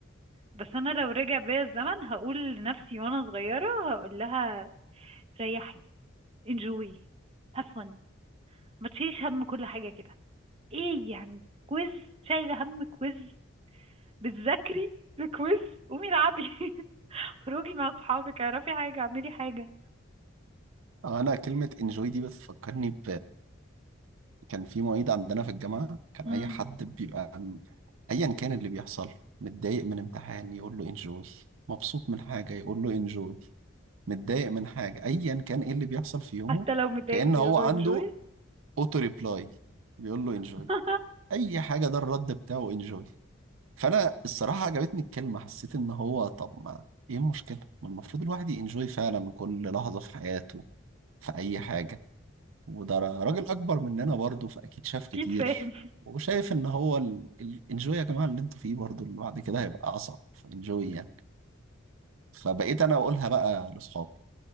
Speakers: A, on the right; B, on the right.
A: بس انا لو رجع بيا الزمن هقول لنفسي وانا صغيرة هقول لها ريحي enjoy have fun ما تشيليش هم كل حاجة كده ايه يعني كويز شايله هم كويز بتذاكري لكويز قومي العبي <laughs> خروجي مع اصحابك اعرفي حاجه اعملي حاجه
B: انا كلمة انجوي دي بتفكرني ب كان في معيد عندنا في الجامعة كان
A: امم
B: اي حد بيبقى م- ايا كان اللي بيحصل متضايق من امتحان يقول له انجوي مبسوط من حاجة يقول له انجوي متضايق من حاجة ايا كان ايه اللي بيحصل في يومه
A: حتى لو متضايق
B: كأن
A: بيقولوا
B: هو عنده
A: انجوي
B: اوتو ريبلاي بيقول له انجوي
A: <laughs>
B: اي حاجة ده الرد بتاعه انجوي فانا الصراحه عجبتني الكلمه حسيت ان هو طب ما ايه المشكله ما المفروض الواحد ينجوي فعلا كل لحظه في حياته في اي حاجه وده را- راجل اكبر مننا برضه فاكيد شاف كتير
A: اكيد فاهم
B: وشايف ان هو الانجوي يا جماعه اللي انتوا فيه برضه اللي بعد كده هيبقى اصعب فانجوي يعني فبقيت انا اقولها بقى لاصحابي